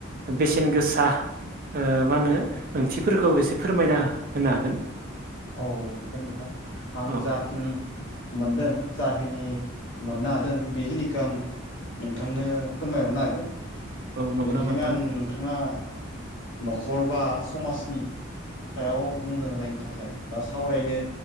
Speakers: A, on the right (about 45°); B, on the left (about 60°).
A: बेसेन गोसा ओ मा होनो ओंथिफोरखौ एसे फोरमायना होनो हागोन।
B: औ हागोन नोंथां आं
A: औ
B: जाखिनि मोनदों जाखिनि मोननो हादों बेखिनिखौ आं नोंथांनो फोरमायहरनो हागोन
A: औ नंगौ
B: बेनिखायनो
A: नामा नोंथां
B: आं नो बिथाङा न'खर बा समाजनि सायाव बुंनो होनायनि थाखाय। बा सावरायनो